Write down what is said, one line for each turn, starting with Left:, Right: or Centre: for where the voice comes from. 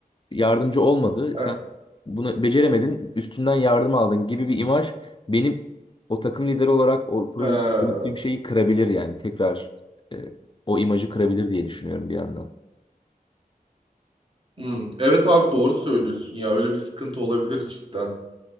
Left: yardımcı olmadı.
Right: Ha.
Left: Sen bunu beceremedin, üstünden yardım aldın gibi bir imaj benim o takım lideri olarak o projede
Right: Ha.
Left: yürüttüğüm şeyi kırabilir yani tekrar e, o imajı kırabilir diye düşünüyorum bir yandan.
Right: Hmm, Evet abi doğru söylüyorsun ya. Öyle bir sıkıntı olabilir cidden.